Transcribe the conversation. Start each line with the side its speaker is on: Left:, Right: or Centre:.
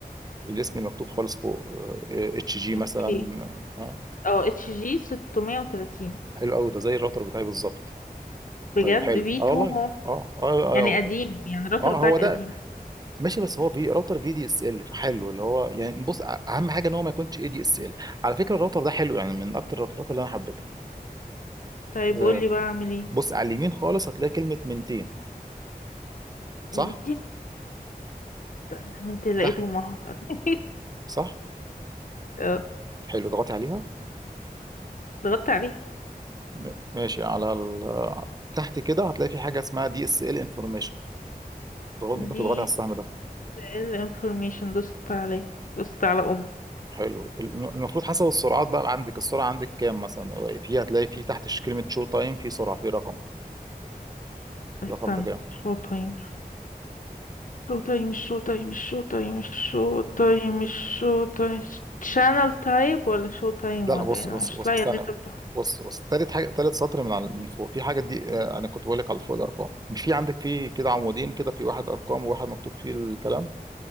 Right: الاسم المكتوب خالص فوق اتش جي مثلا
Left: اوكي
Right: اه
Left: اه اتش جي 630
Right: حلو قوي ده زي الراوتر بتاعي بالظبط
Left: بجد
Right: طيب حلو
Left: في
Right: اه
Left: 2
Right: والله
Left: هوم
Right: اه اه
Left: يعني
Right: اه,
Left: قديم يعني الراوتر
Right: آه
Left: بتاعك
Right: هو ده
Left: قديم
Right: ماشي بس هو في راوتر في دي اس ال فحلو اللي هو يعني بص أ- اهم حاجه ان هو ما يكونش اي دي اس ال على فكره الراوتر ده حلو يعني من اكتر الراوترات اللي انا حبيتها
Left: طيب قولي
Right: آه،
Left: بقى اعمل
Right: بص على اليمين خالص هتلاقي كلمه 200 صح
Left: ايه استنى من انت لقيتهم
Right: تحت
Left: اهو <laughs>
Right: صح
Left: اه،
Right: حلو اضغطي عليها
Left: ضغطت عليه
Right: م- ماشي على ال... تحت كده هتلاقي في حاجه اسمها دي اس ال انفورميشن ضغط، ممكن
Left: دي
Right: تضغطي على السهم ده
Left: ال information دوست عليه دوست على ام
Right: حلو الم- المفروض حسب السرعات بقى عندك السرعه عندك كام مثلا في هتلاقي في تحت ش- كلمه شو تايم في سرعه في رقم
Left: استنى
Right: الرقم ده كام
Left: شو تايم شو تايم شو تايم شو تايم شو تايم شو تايم شانل تايب ولا شو تايم
Right: لا
Left: ولا
Right: لا بص
Left: إيه؟ انا
Right: بص
Left: مش
Right: بص
Left: لاقيه
Right: استنى
Left: اللي انت بتقوله
Right: بص بص تالت حاجه تالت سطر من على من فوق في حاجه دي آه، انا كنت بقول لك على فوق الارقام مش في عندك في كده عمودين كده في واحد ارقام وواحد مكتوب فيه الكلام